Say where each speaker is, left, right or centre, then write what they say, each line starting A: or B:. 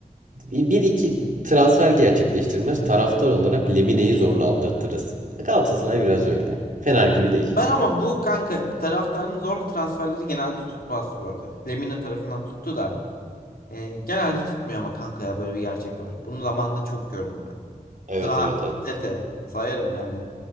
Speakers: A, on the right; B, on the left.
A: Bir iki transfer gerçekleştirmez. Taraftar olarak Lemine'yi zorla aldırtırız. Galatasaray biraz öyle. Fener gibi değil.
B: Ben ama bu kanka taraftarın zorlu transferleri genelde tutmaz bu arada. Lemina tarafından tuttu da. e, genelde tutmuyor ama kanka ya böyle bir gerçek var. Bunu zamanında çok gördüm
A: Evet
B: Zaha,
A: evet evet.
B: Tete
A: kesinlikle.
B: sayarım yani.